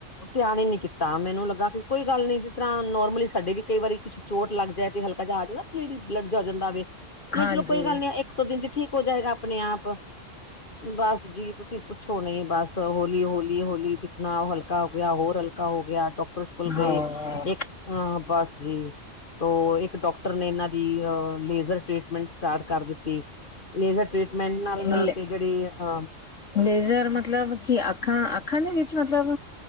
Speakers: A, on the left; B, on the left.
A: ਧਿਆਨ ਹੀ ਨੀ ਕੀਤਾ ਮੈਨੂੰ ਲੱਗਾ ਕਿ ਕੋਈ ਗੱਲ ਨਹੀਂ ਜਿਸ ਤਰ੍ਹਾਂ ਨੋਰਮਲੀ ਸਾਡੇ ਵੀ ਕਈ ਵਾਰੀ ਕੁਛ ਚੋਟ ਲੱਗ ਜਾਏ ਤੇ ਹਲਕਾ ਜਿਹਾ ਆ ਜਾਂਦਾ ਬਲਡ ਜਾ ਜਾਂਦਾ ਵੇ। ਮੈਂ
B: ਹਾਂਜੀ
A: ਚਲੋ ਕੋਈ ਗੱਲ ਨੀ ਇੱਕ ਦੋ ਦਿਨ ਚ ਠੀਕ ਹੋ ਜਾਏਗਾ ਆਪਣੇ ਆਪ ਬਸ ਜੀ ਤੁਸੀਂ ਪੁਛੋ ਨਹੀਂ ਬਸ ਹੋਲੀ-ਹੋਲੀ-ਹੋਲੀ ਦਿਖਣਾ ਹਲਕਾ ਹੋ ਗਿਆ ਹੋਰ ਹਲਕਾ ਹੋ ਗਿਆ ਡਾਕਟਰ ਸਕੂਲ
B: ਹਾਂ
A: ਗਏ ਇੱਕ ਬਸ ਜੀ ਤੋ ਇੱਕ ਡਾਕਟਰ ਨੇ ਇਹਨਾਂ ਦੀ ਲੇਜਰ ਟਰੀਟਮੈਂਟ ਸਟਾਰਟ ਕਰ ਦਿੱਤੀ ਲੇਜਰ ਟ੍ਰਰੀਟਮੈਂਟ ਨਾਲ
B: ਲੇ
A: ਤੇ ਜਿਹੜੀ ਅ
B: ਲੇਜ਼ਰ ਮਤਲਬ ਕੀ ਅਖਾਂ, ਅਖਾਂ ਦੀ ਸੀ ਮਤਲਬ